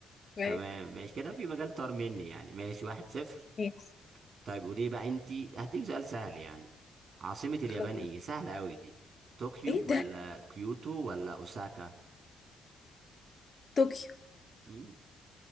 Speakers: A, on the left; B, on the right.
A: ماشي
B: تمام ماشي كده في مجال طار مني يعني ماشي واحد صفر
A: ماشي
B: طيب قولي بقى انتي هديك سؤال سهل يعني عاصمة اليابان
A: خلاص
B: ايه سهلة قوي دي طوكيو
A: ايه
B: ولا
A: ده
B: كيوتو ولا اوساكا
A: طوكيو
B: مم،